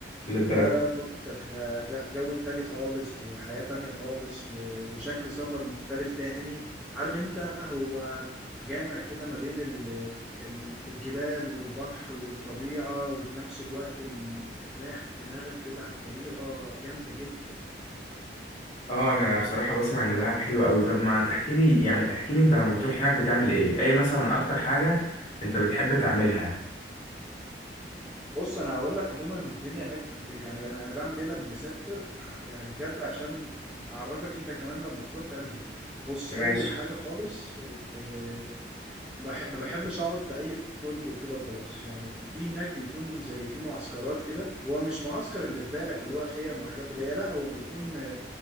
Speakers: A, on the left; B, in the centre.
A: للدرجه
B: لا لا فكك ده ج- جو تاني خالص وحياه تانية خالص و- وشكل سفر مختلف تاني عارف انت هو جامع كده ما بين ال- ال- الجبال والبحر والطبيعه وفي نفس الوقت ال- بتريح دماغك كده بطريقه جامده جدا
A: اه انا بصراحه بسمع ان دهب حلو قوي طب ما تحكي لي يعني احكي لي انت لما بتروح هناك بتعمل ايه ايه مثلا اكتر حاجه انت بتحب تعملها
B: بص انا هقول لك عموما الدنيا هناك ب- يعني انا انا بعمل ايه لما بسافر ع- يعني بجد عشان اعرفك انت كمان لما تروح تعمل ايه بص اول
A: ماشي
B: حاجه خالص آه، بح- ما بحبش اقعد في اي فندق كده وخلاص يعني في هناك بيكون زي في معسكرات كده هو مش معسكر اللي في بالك اللي هو خيم وحاجات بدائيه لا هو بيكون آه،